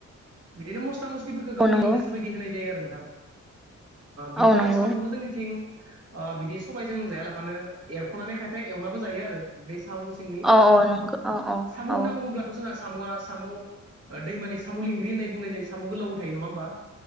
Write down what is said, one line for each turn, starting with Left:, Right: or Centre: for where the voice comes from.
Right: बिदिनो मस्ला मस्लिफोरखौ गावनि
Centre: औ नंगौ
Right: गोसो बायदि होनाय जायो आरो नोंथां बिदिनो
Centre: औ नंगौ
Right: आरो साम'खौ जोंनिथिं बिदि सबायजों जाया लाफानो एरख'नानै खायफाया एवनाबो जायो आरो बे सामु सिंनि
Centre: औ औ नंगौ औ औ
Right: सामु
Centre: औ
Right: होनना बुङोब्लाथ' जोङा साम'आ साम' दैमानि साम' लिंग्रि होननाय बुंनाय जायो साम'खौ लावबो थायो नङा